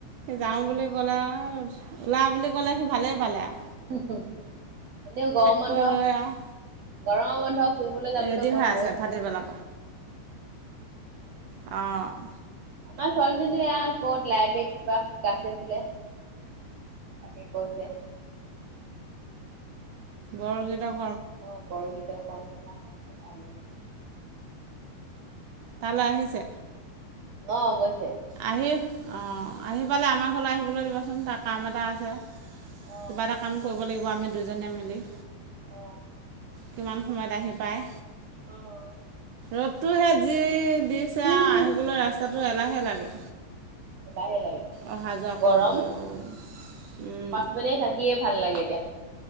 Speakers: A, on the right; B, on the right.
A: সি যাওঁ বুলি ক'লে আৰু ওলা বুলি ক'লে, সি ভালেই পালে আও।
B: এনেও গৰম বন্ধ।
A: কৰি লৈ আৰু
B: গৰমৰ বন্ধ ফুৰিবলৈ যাবলৈ
A: ৰেডি
B: মন
A: হৈ আছে
B: গৈয়ে
A: ভাটিবেলাৰ
B: থাকে।
A: অ'।
B: আমাৰ ছোৱালীজনী আও ক'ত লাইবেৰীত কিবা শিকাইছে বোলে। তাকে গৈছেে।
A: বৰগীতক
B: অ', বৰগীতৰ কৰ্মশালা হৈ আছে তালৈ গ
A: তালৈ আহিছে?
B: অ', গৈছে।
A: আহি, অ', আহি পালে আমাৰ ঘৰলৈ আহিবলৈ দিবাচোন তাৰ কাম এটা আছে।
B: অ
A: কিবা এটা কাম কৰিব লাগিব আমি দুইজনীয়ে মিলি।
B: অ
A: কিমান সময়ত আহি পায়!
B: অ'।
A: অ'দটোহে যি দিছে
B: উহ
A: আৰু আহিবলৈ ৰাস্তাটো এলাহে লাগে।
B: লাহে লাগে।
A: অহা যোৱা
B: যি গৰম,
A: কৰিবলৈ অঁ
B: পাছপিনে থাকিয়ে ভাল লাগে এতিয়া।